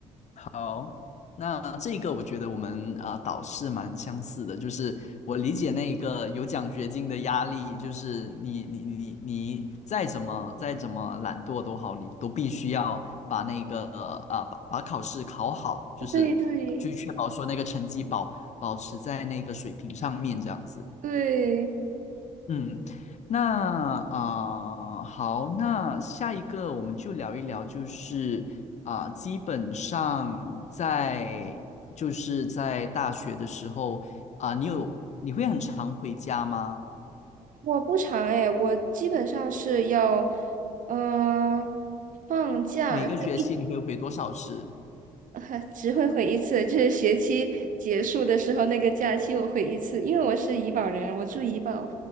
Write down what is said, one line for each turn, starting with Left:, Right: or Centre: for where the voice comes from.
Left: 好，那这个我觉得我们啊、导师蛮相似的，就是我理解那个有奖学金的压力，就是你你你你再怎么再怎么懒惰都好，你都必须要把那个啊、把把考试考好，就是去确保说那个成绩保保持在那个水平上面这样子。
Right: 对对对，
Left: 嗯，那啊、好，那下一个我们就聊一聊，就是啊、基本上在就是在大学的时候啊、你有你会很常回家吗？
Right: 我不长哎，我基本上是要嗯、呃放假。
Left: 每个学期你会回多少次？
Right: 对 <laughs> 只会回一次，就是学期结束的时候那个假期我回一次，因为我是怡保人，我住怡保，